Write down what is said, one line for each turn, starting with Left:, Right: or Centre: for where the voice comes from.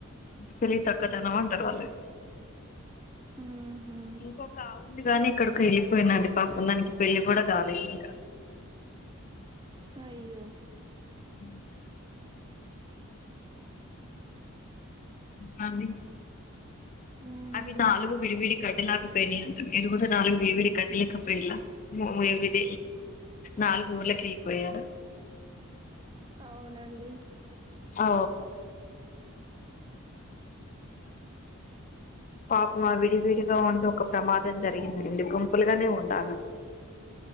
Left: తెలివి తక్కువ తనము అంటారు వాళ్ళువి.
Right: ఊహు
Left: ఇంకొక ఆవు వుందిగాని. ఎక్కడికి ఎళ్ళిప్. పోయిందండి పాపం దానికి పెళ్లి కూడా కాలేదింక.
Right: అయ్యో.
Left: ఉమ్ ఇంకా అండి
Right: ఊ
Left: అవి నాలుగు విడివిడి గడ్డిలాకుపోయినాయి అంట మీరు కూడా నాలుగు విడివిడి గదిలి పిలది నాలుగు ఊర్ళకి వెళ్ళిపోయారు
Right: అవునండి
Left: ఔ పాపం అవి విడివిడిగా ఉండి ఒక ప్రమాదం జరిగింది అండి గుంపులుగానే ఉండాలట